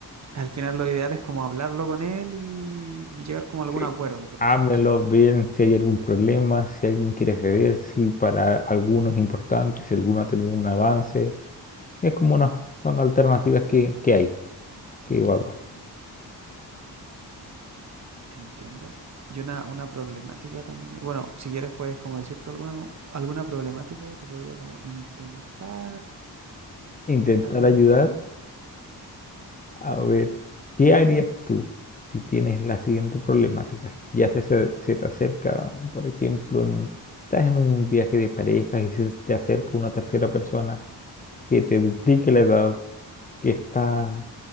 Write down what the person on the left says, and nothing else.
Sí.
Háblenlo
bien si hay algún problema, si alguien quiere ceder, si para alguno es importante, si alguno ha tenido un avance. Es como una, son alternativas que, que hay que evaluar.
Intentar
ayudar. A ver, ¿qué harías tú si tienes la siguiente problemática? Ya se, se, se te acerca, por ejemplo, en- estás en un viaje de parejas y se te acerca una tercera persona que te duplique la edad, que está